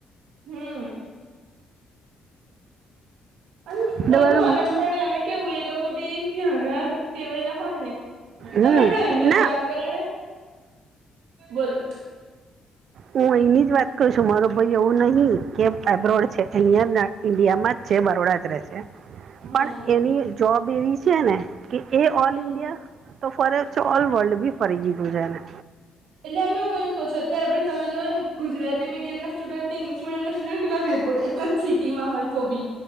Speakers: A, on the right; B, on the right.
A: હમ્મ. અને
B: એટલે
A: બધું
B: બરોબર
A: અલગ પડે અને કેવુ એ લોકો બી કનાર પવાયલા હોય ને તમે
B: હમ
A: આપડે અહીની
B: ના
A: જ વાત કરો ને, બોલો.
B: હું અહીની જ વાત કર છું મારો ભાઈ એવું નહી કે આબ્રોડ છે અહિયાં ઇન્ડિયામાં જ છે બરોડા જ રહે છે.
A: હા
B: પણ એની જોબ એવી છે ને કે એ
A: હમ
B: ઓલ ઇન્ડિયા તો ફર છે ઓલ વર્લ્ડ બી ફરી દીધું છે એણે.
A: એટલે એમને ઉમેદ કહું છું અત આપે સામે જોવા ગુજરાતી મીડિયમના સ્ટુડન્ટ ઇંગ્લીશ મડિયમ ના સ્ટુડન્ટ કેટલા ફેર પડે એક જ સિટીમાં હોય તો બી.